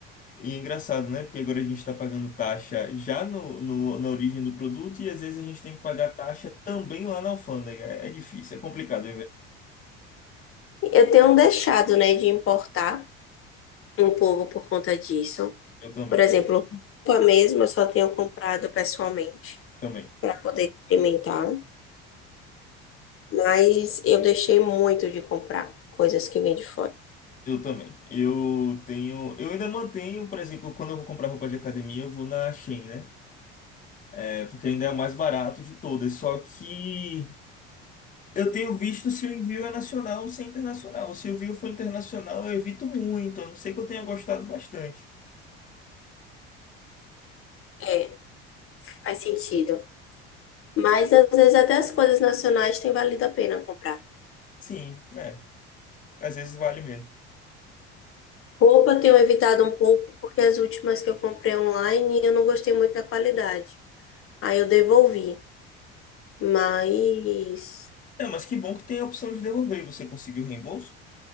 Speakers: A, on the left (about 25°); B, on the left (about 45°).
A: E é engraçado, né? Porque agora a gente está pagando taxa já no, no- na origem do produto e às vezes a gente tem que pagar taxa também lá na alfândega. É difícil, é complicado. Eu
B: Eu tenho deixado, né, de importar um pouco por conta disso.
A: eu também,
B: Por exemplo, roupa mesmo eu só tenho comprado pessoalmente
A: também,
B: para poder experimentar, mas eu deixei muito de comprar coisas que vêm de fora.
A: eu também. Eu tenho, eu ainda mantenho, por exemplo, quando eu vou comprar roupa de academia, eu vou na Shein, né? É, porque ainda é o mais barato de todas. Só que eu tenho visto se o envio é nacional ou se é internacional. Se o envio for internacional, eu evito muito, a não ser que eu tenha gostado bastante.
B: É, faz sentido. Mas às vezes até as coisas nacionais tem valido a pena comprar.
A: Sim, né? Às vezes vale mesmo.
B: Roupa eu tenho evitado um pouco porque as últimas que eu comprei online eu não gostei muito da qualidade. Aí eu devolvi, mas
A: É, mas que bom que tem a opção de devolver. Você conseguiu o reembolso?